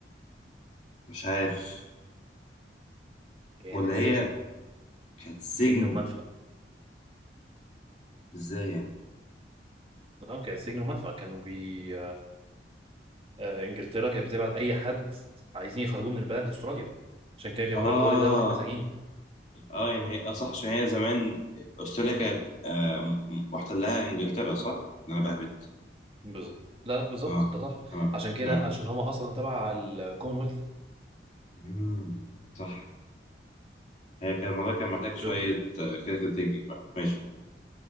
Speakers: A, on the left; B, on the right.
A: مش عارف
B: كانت
A: ولا
B: سجن
A: هي كانت سجن
B: سجن ومنفى
A: ازاي يعني؟
B: اه كانت سجن ومنفى كانوا بي آه، انجلترا كانت بتبعت اي حد عايزين يخرجوه من البلد لاستراليا عشان كده كان
A: اه
B: بيقول لك طوالي دولة المساجين
A: اه يعني هي- اه صح عشان هي زمان استراليا كانت آه م- محتلها انجلترا صح؟ إن انا بهبت
B: بالظبط لا لا بالظبط
A: اه
B: ده صح
A: اه
B: عشان كده
A: تمام
B: عشان هم اصلا تبع الكومنولث
A: مم. صح هي كان الموضوع كان محتاج شوية
B: اوكي
A: كريتيكال ثينكينج بقى ماشي